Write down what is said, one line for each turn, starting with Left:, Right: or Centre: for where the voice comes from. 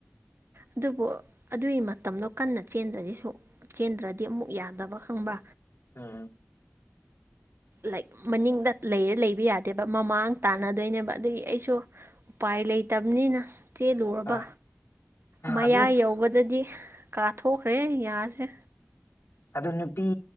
Right: ꯑꯗꯨꯕꯨ ꯑꯗꯨꯒꯤ ꯃꯇꯝꯗꯣ ꯀꯟꯅ ꯆꯦꯟꯗ꯭ꯔꯗꯤꯁꯨ ꯆꯦꯟꯗ꯭ꯔꯗꯤ ꯑꯃꯨꯛ ꯌꯥꯗꯕ ꯈꯪꯕ
Left: ꯑꯝ
Right: ꯂ ꯃꯅꯤꯡꯗ ꯂꯩꯔ ꯂꯩꯕ ꯌꯥꯗꯦꯕ ꯃꯃꯥꯡ ꯇꯥꯟꯅꯗꯣꯏꯅꯦꯕ ꯑꯗꯒꯤ ꯑꯩꯁꯨ ꯎꯄꯥꯏ ꯂꯩꯇꯕꯅꯤꯅ ꯆꯦꯜꯂꯨꯔꯕ
Left: ꯍꯣꯏ
Right: ꯃꯌꯥ
Left: ꯑꯗꯨ
Right: ꯌꯧꯕꯗꯗꯤ ꯀꯥꯊꯣꯛꯈ꯭ꯔꯦ ꯌꯥꯁꯦ
Left: ꯑ ꯅꯨꯄꯤ